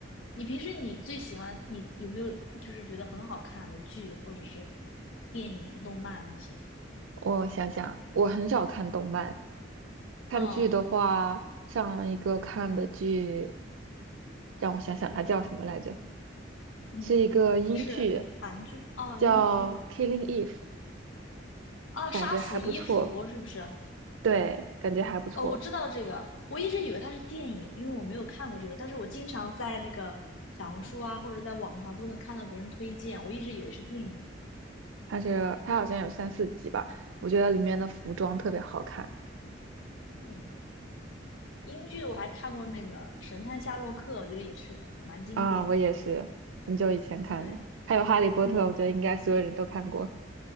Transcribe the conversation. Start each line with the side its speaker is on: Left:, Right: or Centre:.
Left: 你平时你最喜欢你有没有就是觉得很好看的剧或者是电影、动漫那些？
Right: 我想想，我很少看动漫，看剧的话，
Left: 嗯
Right: 上一个看的剧，让我想想，它叫什么来着？
Left: 嗯，
Right: 是一个英剧，
Left: 是韩剧哦，
Right: 叫《Killing
Left: 英剧
Right: Eve》，
Left: 哦，
Right: 感觉还不错。
Left: 杀死伊芙是不是？
Right: 对，感觉还不错。
Left: 哦，我知道这个，我一直以为它是电影，因为我没有看过这个，但是我经常在那个小红书啊，或者在网上都能看到别人推荐，我一直以为是电影。
Right: 它是它好像有三四集吧，我觉得里面的服装特别好看
Left: 嗯，英剧我还看过那个《神探夏洛克》，我觉得也是蛮经典的。
Right: 啊，我也是很久以前看的。
Left: 对，
Right: 还有《哈利波特》，
Left: 嗯。
Right: 我觉得应该所有人都看过。